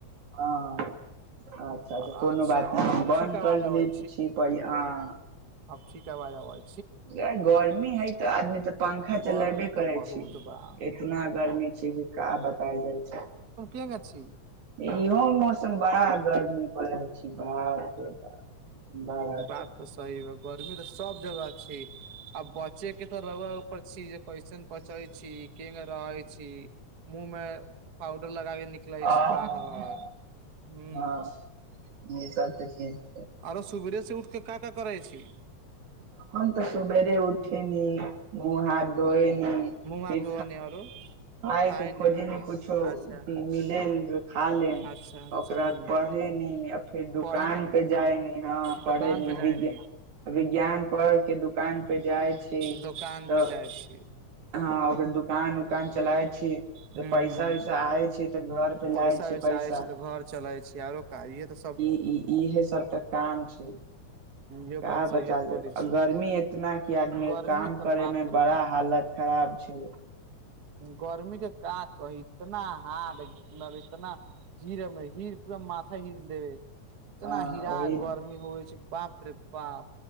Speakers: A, on the right; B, on the right.
A: ह ह आ अच्छा ता
B: अच्छा
A: कोनो बात नहि
B: अब अब
A: बन्द
B: ठीक आवाज
A: कर देलिए
B: आबै
A: कि छी त अभि हाँ
B: अब ठीक अबाज आबेय
A: या गर्मी है त आदमी त पंखा चलाेबे
B: गर्मी तऽ
A: करै
B: बहुत
A: छी
B: बा
A: इतना गर्मी छी जे का बतायल जाइ छै
B: केना छी
A: इहो मौसम बड़ा गर्मी परै छी बाप रो बाप बड़ा गर्मी
B: आब तऽ सही गर्मी तऽ सब जगह छै आ बचेके तऽ रउआ पर छी जे कइसन पचै छी केन रहै छी मुंह मे पाउडर लगाबे निकलै
A: हँ
B: छी बाहर हु
A: हँ ई सब तऽ ठीक छै
B: आरो सुबेरे से उठ क का का करै छी
A: तखन तऽ सुबेर उठेनि
B: ह
A: मु हाथ धोएनी
B: मुह हाथ
A: फिर
B: घोनी आरो
A: खाय
B: खायने
A: के खोजमे कुछो
B: अच्छा
A: मिल खा ले
B: अच्छा अच्छा
A: ओकरा
B: ह
A: बाद पढ़ेली फेर दुकान
B: पढ़े ने
A: पे जाय नी ह
B: दोकान
A: पढ़ेली
B: पे जाय ने
A: विज्ञान दुकान के दुकान पे जाइ छै
B: दोकान
A: तऽ
B: पे जाइ छी
A: हॅं ओकर दुकान दोकान चलाइ छी
B: ह
A: तऽ पैसा
B: ह
A: उैसा आै छी तऽ घर पे
B: पैसा
A: लए छी
B: वैसा
A: पैसा
B: आय छै तऽ घर चले आरो का ईहै त
A: इ इहे सब तऽ काम छै
B: इहो
A: का
B: बात सहिए
A: पता
B: बोलै छी
A: गर्मी इतना की आदमी
B: गर्मी
A: काम
B: तऽ
A: करे
B: बाप
A: मे
B: रे
A: बड़ा हालत खराब छै
B: गर्मीे काँ कही इतना हारड मतलब इतना हीर हीर पूरा माथा हीर देबै इतना
A: हँ
B: हीरा
A: ओहि
B: गर्मी
A: ने
B: होइ छै बाप रे बाप